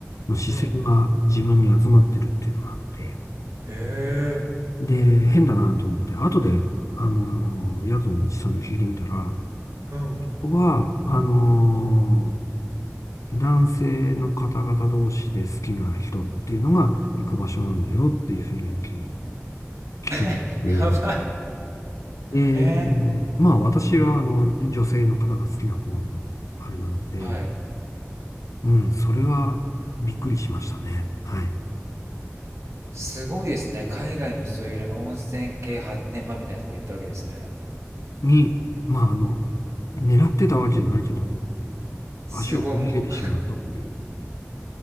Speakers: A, on the left; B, on the right.
A: もう視線が自分に集まってるっていうのがあって、
B: うん。へえ、
A: で、変だなと思って、後で、あのー宿のおじさんに聞いてみたら、
B: うん。
A: ここは、あのー男性の方々同士で好きな人っていうのが行く場所なんだよっていうふうに聞きまして、
B: <laughs> やばい。
A: で、
B: えー
A: まあ私はあの女性の方が好きな方のあれなので、
B: はい。
A: うん、それはびっくりしましたね。はい。
B: すごいですね。海外のそういうなんか温泉系発展場みたいなとこ行ったわけですね。
A: に、まああの、狙ってたわけじゃないけど、
B: すごいもう、
A: 足を踏み入れてしまったという、